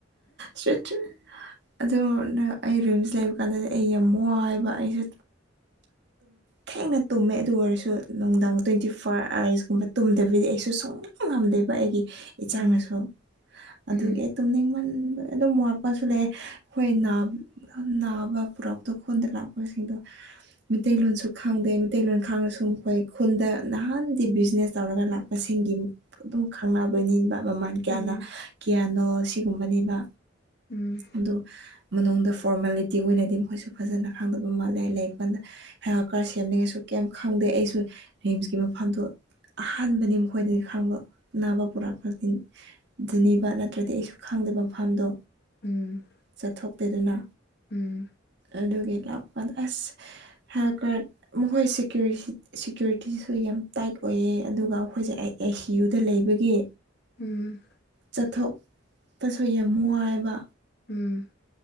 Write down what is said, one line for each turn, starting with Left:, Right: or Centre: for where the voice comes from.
Right: ꯁꯦꯠ ꯑꯗꯨ ꯅ ꯑꯩ ꯔꯤꯝꯁ ꯂꯩꯕ ꯀꯥꯟꯗꯗꯤ ꯑꯩ ꯌꯥꯝ ꯋꯥꯏꯕ ꯑꯩꯖꯦ ꯊꯦꯡꯅ ꯇꯨꯝꯃꯦ ꯑꯗꯨ ꯑꯣꯏꯔꯁꯨ ꯅꯨꯡꯗꯥꯡ ꯇ꯭ꯋꯦꯟꯇꯤ ꯐꯣꯔ ꯑꯥꯋꯔꯁꯀꯨꯝꯕ ꯇꯨꯝꯗꯕꯤꯗꯤ ꯑꯩꯁꯨ ꯁꯨꯡ ꯉꯝꯗꯦꯕ ꯑꯩꯒꯤ ꯏꯆꯥꯅꯁꯨ
Left: ꯎꯝ
Right: ꯑꯗꯨꯒꯤ
Left: ꯎꯝ
Right: ꯇꯨꯝꯅꯤꯡ ꯃꯟ ꯑꯗꯨꯝ ꯋꯥꯔꯛꯄꯁꯨ ꯂꯩꯑꯦ ꯑꯩꯈꯣꯏ ꯅꯥ ꯅꯥꯕ ꯄꯨꯔꯛꯄ ꯈꯨꯟꯗ ꯂꯥꯛꯄꯁꯤꯡꯗꯣ ꯃꯩꯇꯩꯂꯣꯟꯁꯨ ꯈꯥꯡꯗꯦ ꯃꯩꯇꯩꯂꯣꯟ ꯈꯪꯉꯁꯨ ꯃꯈꯣꯏ ꯈꯨꯟꯗ ꯅꯍꯥꯟꯗꯤ ꯕꯤꯖꯤꯅꯦꯁ ꯇꯧꯔꯒ ꯂꯥꯛꯄꯁꯤꯡꯒꯤ ꯑꯗꯨꯝ ꯈꯪꯅꯕ ꯅꯤꯡꯕ ꯃꯃꯥꯟ ꯀꯌꯥꯅ
Left: ꯎꯝ
Right: ꯀꯤꯌꯥꯅꯣ ꯁꯤꯒꯨꯝꯕꯅꯦꯕ
Left: ꯎꯝ
Right: ꯑꯗꯨ ꯃꯅꯨꯡꯗ ꯐꯣꯔꯃꯦꯂꯤꯇꯤ ꯑꯣꯏꯅꯗꯤ ꯃꯈꯣꯏꯁꯨ ꯐꯖꯅ ꯈꯪꯗꯕ ꯃꯥꯜꯂꯦ ꯂꯩ ꯀꯥꯟꯗ ꯍ ꯀꯥꯔ ꯁꯦꯝꯅꯤꯡꯉꯁꯨ ꯀꯩꯝ ꯈꯪꯗꯦ ꯑꯩꯁꯨ ꯔꯤꯝꯁꯀꯤ ꯃꯐꯝꯗꯨ ꯑꯍꯥꯟꯕꯅꯤ ꯃꯈꯣꯏꯗꯒꯤ ꯈꯪꯕ ꯑꯅꯥꯕ ꯄꯨꯔꯛꯄꯁꯤ ꯅꯤꯕ ꯅꯠꯇ꯭ꯔꯗꯤ ꯑꯩꯁꯨ ꯈꯪꯗꯕ ꯃꯐꯝꯗꯣ
Left: ꯎꯝ
Right: ꯆꯠꯊꯣꯛꯇꯦꯗꯅ
Left: ꯎꯝ
Right: ꯑꯗꯨꯒꯤ ꯂꯥꯛꯄꯀꯥꯟꯗ ꯑꯁ ꯍꯦꯜꯠ ꯀꯔꯠ ꯃꯈꯣꯏꯒꯤ ꯁꯦꯀ꯭ꯌꯨꯔꯤꯇꯤꯁꯨ ꯌꯥꯝ ꯇꯥꯏꯠ ꯑꯣꯏꯌꯦ ꯑꯗꯨꯒ ꯑꯩꯈꯣꯏꯁꯦ ꯑꯩ ꯑꯥꯏ ꯁꯤ ꯌꯨꯗ ꯂꯩꯕꯒꯤ
Left: ꯎꯝ
Right: ꯆꯠꯊꯣꯛꯄꯁꯨ ꯌꯥꯝ ꯋꯥꯏꯋꯦꯑꯕ
Left: ꯎꯝ